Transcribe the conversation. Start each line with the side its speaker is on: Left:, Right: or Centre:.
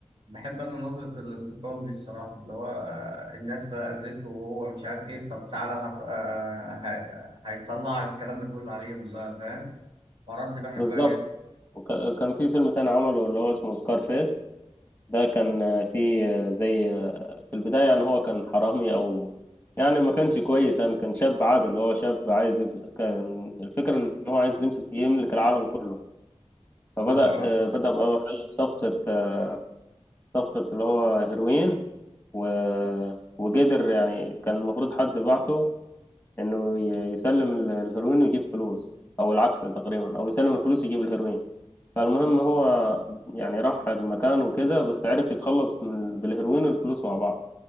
Right: بحب انا نظرة الانتقام دي الصراحة اللي هو آه، الناس بقى اذته وهو مش عارف ايه طب تعالى هف- آه، ه- هيطلع الكلام ده كله عليهم بقى فاهم الحوارات دي بحبها
Left: بالظبط
Right: جدا
Left: وكان في فيلم تاني عمله اللي هو اسمه سكارفيس ده كان في زي في البداية يعني هو كان حرامي أو يعني ما كانش كويس يعني كان شاب عادل اللي هو شاب عايز يبقى كان الفكرة إن هو عايز يمسك يملك العالم كله فبدأ
Right: اه
Left: آه، بدأ بأول حاجة بصفقة آه، صفقة اللي هو هيروين و... وقدر يعني كان المفروض حد بعته إنه ي- يسلم ال- الهيروين ويجيب فلوس أو العكس تقريبا أو يسلم الفلوس يجيب الهيروين فالمهم هو يعني راح المكان وكده بس عرف يتخلص من بالهيروين والفلوس مع بعض